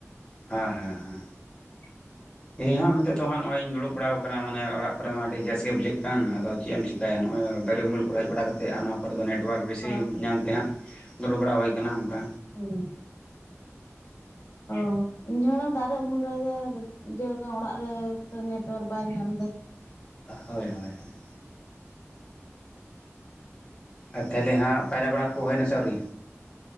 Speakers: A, on the left (about 20°); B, on the left (about 80°).
A: ᱦᱮᱸ ᱦᱮᱸ ᱦᱮᱸ
B: <unintelligible>
A: ᱤᱧ ᱦᱚᱸ ᱱᱤᱛᱚᱜ ᱫᱚ ᱦᱟᱸᱜ ᱱᱚᱜ ᱚᱭᱤᱧ ᱫᱩᱲᱩᱵ ᱵᱟᱲᱟ ᱠᱟᱱᱟ ᱢᱟᱱᱮ ᱚᱲᱟᱜ ᱠᱚᱨᱮ ᱢᱟ ᱟᱹᱰᱤ ᱜᱮᱥ ᱜᱮ ᱵᱩᱡᱷᱟᱹᱜ ᱠᱟᱱ ᱟᱫᱚ ᱪᱮᱫ ᱮᱢ ᱪᱤᱠᱟᱹ᱾ <unintelligible> ᱱᱚᱜᱼᱚᱭ ᱫᱟᱨᱮ ᱩᱢᱩᱞ ᱠᱚᱨᱮ ᱦᱮᱡ ᱵᱟᱲᱟ ᱠᱟᱛᱮᱫ ᱟᱱᱚ ᱚᱠᱟ ᱨᱮᱫᱚ ᱱᱮᱴᱣᱟᱨᱠ ᱵᱤᱥᱤ
B: ᱚ
A: ᱧᱟᱢᱛᱮ ᱦᱟᱸᱜ ᱫᱩᱲᱩᱵ ᱵᱟᱲᱟ ᱦᱩᱭ ᱟᱠᱟᱱᱟ ᱚᱱᱠᱟ
B: ᱚ ᱚ ᱤᱧ ᱦᱚ ᱫᱟᱨᱮ ᱩᱢᱩᱞ ᱨᱮᱜᱮ ᱤᱭᱠᱟ ᱚᱲᱟᱜ ᱨᱮ ᱱᱮᱴᱣᱟᱨᱠ ᱵᱟᱭ ᱧᱟᱢ ᱮᱫᱟ
A: ᱦᱳᱭ ᱦᱳᱭ ᱦᱳᱭ ᱟᱨ ᱛᱟᱦᱚᱞᱮ ᱦᱟᱸᱜ ᱯᱟᱭᱨᱟ ᱵᱟᱲᱟ ᱠᱚ ᱦᱳᱭ ᱱᱟᱥᱮ ᱟᱹᱣᱨᱤ